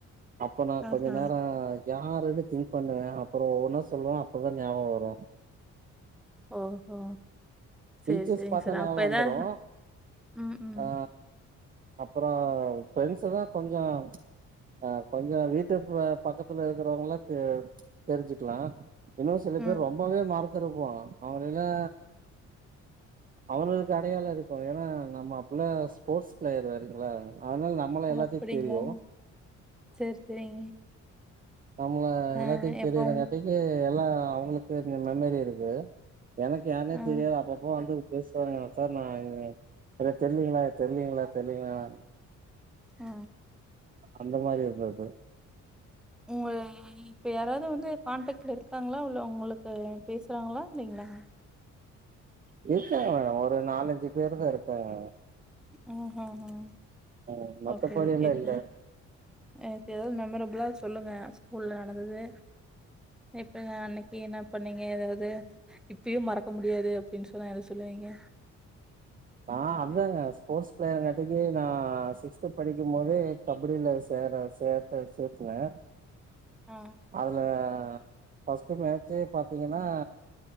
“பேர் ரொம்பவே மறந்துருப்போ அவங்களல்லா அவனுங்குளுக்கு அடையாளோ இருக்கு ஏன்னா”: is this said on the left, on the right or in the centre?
Right